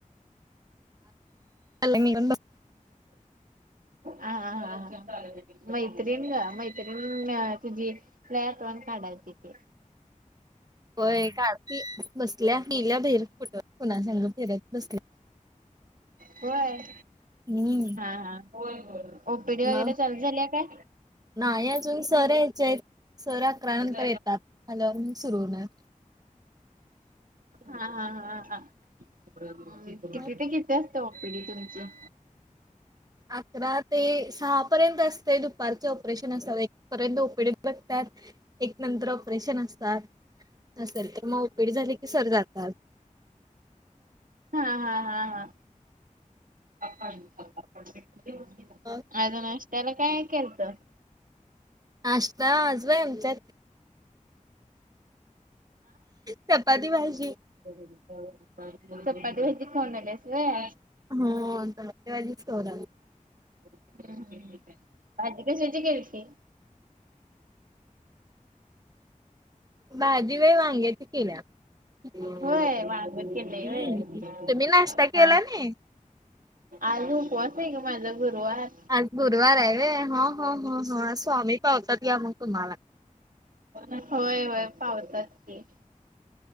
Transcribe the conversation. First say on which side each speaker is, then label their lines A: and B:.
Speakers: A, on the right; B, on the right.
A: मीून ब
B: ह ह ह--ा मैत्रीण ग मैत्रीण तुझी रयातवाण काढा तिथे
A: <inaudible> होय का की बसल्या गेल्या बहिर कुठं कुणा सांग फिरत बसले
B: होय
A: हम्म
B: ह ह ओपीडी वगैरे
A: मग
B: चालू झाली काय
A: नाही अजून सर यायचे आहेत सर अकरा
B: हा
A: नंतर येतात सुरू होणार
B: हा हा हा हा किती
A: मग
B: ते किती ओपीडी तुमची
A: अकरात ते सहापर्यंत असते दुपारचे ऑपरेशन असतात एक पर्यंत ओपीडीत बगतात एक नंतर ऑपरेशन असतात नर तर मग ओपीडी झाली की सर जातात
B: हा हा हा हा ह ह <unintelligible>
A: ह
B: आज नाश्ताला काय केलंत
A: नाश्ता आज व्हय आमच्या चपाती भाजी
B: चपती भाजी खाऊन आल्यास होय
A: हो <unintelligible> खाऊन आलोय
B: ह् भाजी कशाची केलती
A: भाजी व्हय वांग्यायची केल्या हम्म
B: होय वांग केलय व्हय
A: तुम्ही नाश्ता केला
B: हा
A: नाही
B: आज उपवास आहे ग माझा गुरवार
A: आज गुरुवार आहे वे हो हो हो हो स्वामी पावतात घ्या मग तुम्हाला
B: अ <unintelligible> होय होय पावतात की